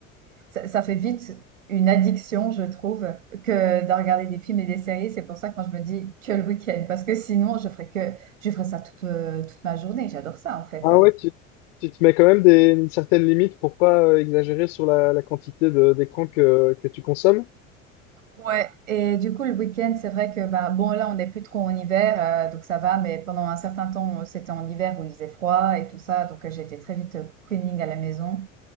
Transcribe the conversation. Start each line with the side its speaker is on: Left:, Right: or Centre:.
Right: ça, ça fait vite une addiction, je trouve, que de regarder des films et des séries. C'est pour ça que quand je me dis que le week-end, parce que sinon, je ferais que, je ferais ça toute, euh, toute ma journée. J'adore ça, en fait.
Left: Ah ouais, tu, tu te mets quand même des, une certaine limite pour pas euh, exagérer sur la, la quantité de- d'écran que, que tu consommes.
Right: Ouais. Et du coup, le week-end, c'est vrai que, bah, bon, là, on n'est plus trop en hiver, euh, donc ça va, mais pendant un certain temps, c'était en hiver où il faisait froid et tout ça, donc euh, j'étais très vite euh, cocooning à la maison.